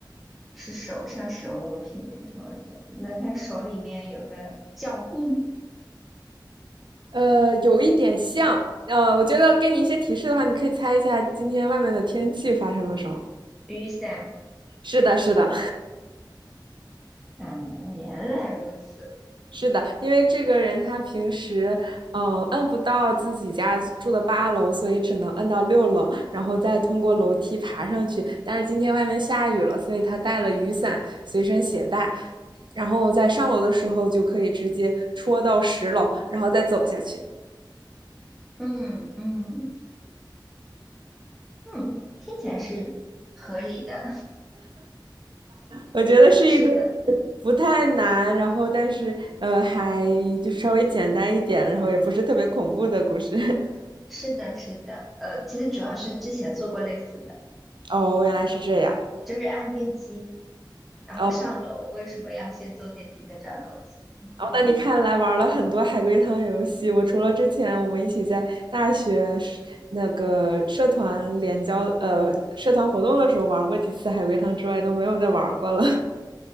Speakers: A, in the centre; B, on the right (about 75°).
A: 是手上使用物品，说了什么？那他手里面有个撬棍、
B: 呃，有一点像，呃，我觉得给你一些提示的话，你可以猜一下今天外面的天气发生了什么。
A: 雨伞
B: 是的，是的，
A: 啊，原来如此。
B: <laughs> 是的，因为这个人他平时，嗯、摁不到自己家住的八楼，所以只能摁到六楼，然后再通过楼梯爬上去。但是今天外面下雨了，所以他带了雨伞随身携带，然后在上楼的时候就可以直接戳到十楼，然后再走下去。
A: 嗯嗯。嗯，听起来是合理的。
B: 我觉得是一个
A: <laughs> 是的，
B: 不太难，然后但是呃还就是稍微简单一点，然后也不是特别恐怖的故事。<laughs>
A: 是的，是的。呃，其实主要是之前做过类似的，
B: 哦，原来是这样。
A: 就是按电梯，然后上楼，
B: 哦，
A: 为什么要先坐电梯再转楼梯？
B: 哦，
A: 嗯，
B: 那你看来玩了很多海龟汤游戏。我除了之前我们一起在大学社那个社团联交呃社团活动的时候玩过几次海龟汤之外，都没有再玩过了。